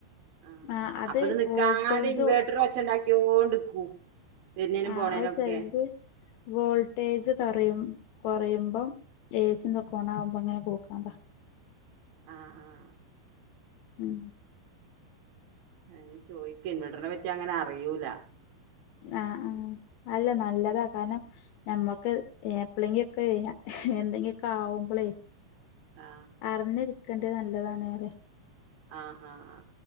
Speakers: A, on the right; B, on the left.
A: ആ
B: ആഹ് അത്
A: അപ്പത് നിക്കാത
B: വോൾ ചെലത്
A: ഇൻവേട്ട്ര ഒച്ച ണ്ടാക്ക്യോണ്ട്ക്കും വെര്ന്നേനും
B: ആഹ്
A: പോണേനുംഒക്കെ
B: അത് ചെലത് വോൾട്ടേജ് കൊറയും കൊറയുമ്പം എ സിതൊക്കെ ഓണ ആവുമ്പോങ്ങനെ പോക്ണത
A: ആഹ്ആഹ്
B: ഉം
A: ഞാൻ ചോയ്ക്ക ഇൻവെർട്ടറിനെ പറ്റി അങ്ങനെ അറിയൂല
B: ആഹ്ആഹ് അല്ല നല്ലതാ കാരണം നമ്മൊക്ക് എപ്പ്ളെങ്കി ഒക്കെ എന്തെങ്കി ഒക്കെ ആവുമ്പളേ
A: ആ
B: അറിഞ്ഞിരിക്കേണ്ടത് നല്ലതാണ് അറിയാ
A: ആഹ് ആഹ് ആഹ്